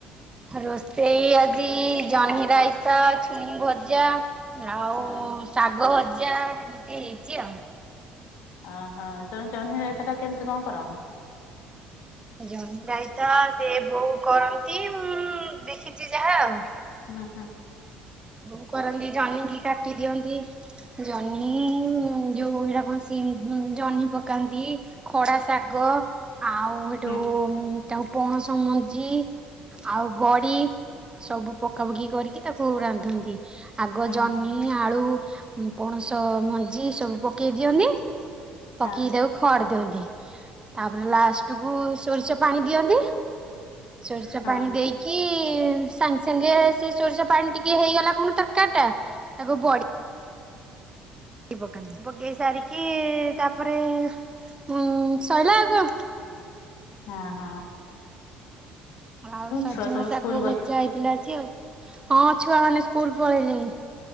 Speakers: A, on the right; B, on the left.
A: ରୋଷେଇ ଆଜି ଜହ୍ନିରାଇତା, ଛୁଇଁ ଭଜା ଆଉ
B: ହଁ
A: ଶାଗଭଜା ଏମିତି ହେଇଛି ଆଉ
B: ଓହୋ ତଣୁ ଜହ୍ନିରାଇତାଟା କେମିତି କଣ କର
A: ଜହ୍ନିରାଇତା ସେ ବୋଉ କରନ୍ତି ମୁଁ ଦେଖିଛି ଯାହା ଆଉ
B: ହୁଁ ହୁଁ
A: ସବୁ କରନ୍ତି ଜହ୍ନି କିି କାଟି ଦିଅନ୍ତି ଜହ୍ନି ଯୋଉା ଆ ସି ଜହ୍ନି ପକାନ୍ତି ଖଡା ଶାଗ ଆଉ ସେଠୁ
B: ହୁଁ
A: ତା ପଣସ ମଞ୍ଜି ଆଉ ବଡି ସବୁ ପକାାପକି କରିକି ତାକୁ ନ୍ତି ଆଗ
B: ହୁଁ
A: ଜହ୍ନି ଆଳୁ ପଣସ ମଞ୍ଜି ସବୁ ପକେଇ ଦିଅନ୍ତି ପକେଇକି
B: ହଁ
A: ତାକୁ ଖଡ ଦିଅନ୍ତି ତାପରେ ଲାଷ୍ଟ କୁ ସୋରିଷ ପାଣି ଦିଅନ୍ତି ସୋରିଷ
B: ହଁ
A: ପାଣି ଦେଇକି ସାଙ୍ଗେ ସାଙ୍ଗେ ସେ ସୋରିଷ ପାଣି ଟିକେ ହେଇଗଲା କଣ ତରକାରୀ ଟା ତାକୁ ବଢ ପକାନ୍ତି ପକେଇ ସାରିକି ତାପରେ ଉ ଶୋଇଲା ଆକୁ
B: ହଁ ହଁ
A: ଆଉ ସଜନା
B: ଛୁଆ ସବୁ
A: ଶାଗ
B: ସ୍କୁଲ
A: ଭଜା
B: ଗଲେ?
A: ହେଇଥିଲା ଆଜି ଆଉ ହଁ ଛୁଆ ମାନେ ସ୍କୁଲ ପଢଳେଇିଲି